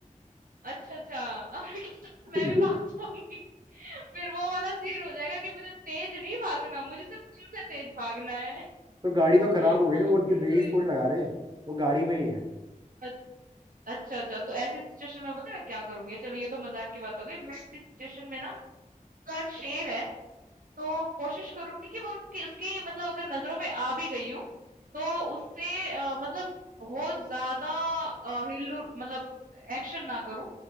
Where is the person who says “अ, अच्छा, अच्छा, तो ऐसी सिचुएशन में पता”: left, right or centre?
Right